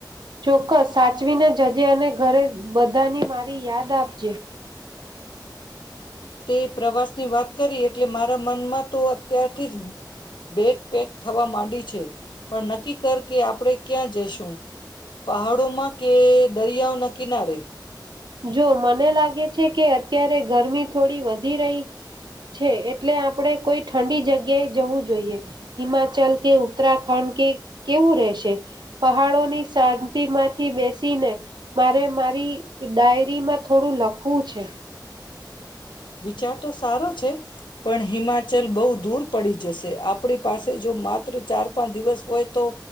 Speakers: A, on the right; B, on the left.
A: ચોક્કસ સાચવીને જજે અને ઘરે બધાની મારી યાદ આપજે.
B: તે પ્રવાસ ની વાત કરી એટલે મારા મનમાં તો અત્યારથી જ બે પેક થવા માંડી છે પણ નક્કી કર કે આપડે ક્યાં જશું, પહાડોમાં કે દરિયાઓના કિનારે?
A: જો મને લાગે છે કે અત્યારે ગરમી થોડી વધી રહી છે. એટલે આપણે કોઈ ઠંડી જગ્યાએ જવું જોઈએ. હિમાચલ કે ઉત્તરાખંડ કે કેવું રહેશે પહાડોની શાંતિ માંથી બેસીને મારે મારી એ ડાયરીમાં થોડું લખવું છે.
B: વિચાર તો સારો છે પણ હિમાચલ બહુ દૂર પડી જશે આપડી પાસે જો માત્ર ચાર પાંચ દિવસ હોય તો